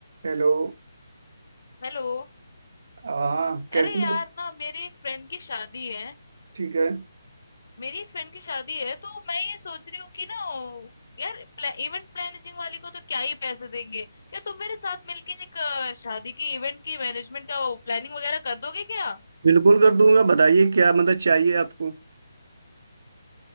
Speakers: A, on the right; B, on the left.
A: Hello
B: Hello
A: हाँ कैसे
B: अरे
A: हो?
B: यार ना मेरी एक फ्रेंड की शादी है
A: ठीक है
B: मेरी एक फ्रेंड की शादी है तो मैं ये सोच रही हूँ कि ना ओ, यार इवेंट प्लानिंग वाली को तो क्या ही पैसे देंगे क्या तुम मेरे साथ मिलके एक अ, शादी की इवेंट की मैनेजमेंट का प्लानिंग वगैरह कर दोगे क्या
A: बिल्कुल कर दूंगा बताइए क्या मदद चाहिए आपको